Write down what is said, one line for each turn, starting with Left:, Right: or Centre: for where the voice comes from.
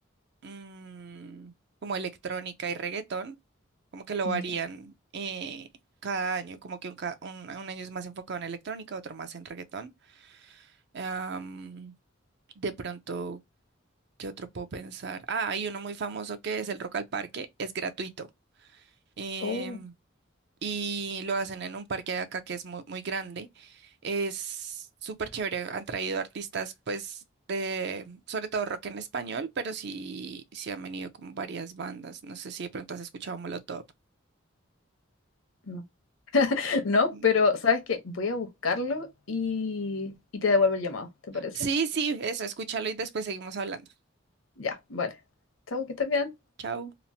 Right: mm, como electrónica y reggaetón, como que lo
Left: ya,
Right: varían eh, cada año, como que un, ca- un un año es más enfocado en electrónica, otro más en reggaetón. Am, de pronto, ¿qué otro puedo pensar? Ah, hay uno muy famoso que es el Rock al Parque, es gratuito. em,
Left: oh,
Right: y lo hacen en un parque de acá que es muy, muy grande. Es súper chévere. Han traído artistas, pues, de, sobre todo rock en español, pero sí, sí han venido como varias bandas. No sé si de pronto has escuchado Molotov.
Left: no. <laughs> No,
Right: Mm.
Left: pero ¿sabes qué? Voy a buscarlo y, y te devuelvo el llamado, ¿te parece?
Right: Sí, sí, eso, escúchalo y después seguimos hablando.
Left: Ya, vale. Chao, que estés bien.
Right: Chao.